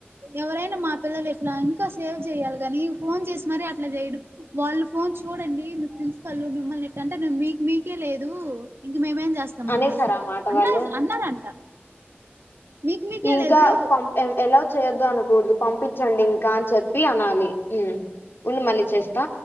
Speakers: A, on the right; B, on the left.
A: ఎవరైనా మా పిల్లలు ఎట్లా ఇంకా సేవ్ చేయాలి కానీ ఫోన్ చేసి మరి అట్లా చేయడం వా ఫోన్ చూడండి మీ ప్రిసిపాల్ మిమ్మల్ని ఎంటే మీకు మీ ఇకే లేదు ఇంక మేమేం చేస్తాం
B: అనేసారు
A: అన్నరు
B: ఆ మాట
A: అన్నారు
B: వాళ్ళు
A: అన్నారంట మీకు మీకే
B: ఇంకా
A: లేదు
B: పం ఎలావ్ చేయొదు అనకూడదు పంపించండి ఇంకా అని చెప్పి అనాలి ఉమ్ ఉండు మళ్ళీ చేస్తా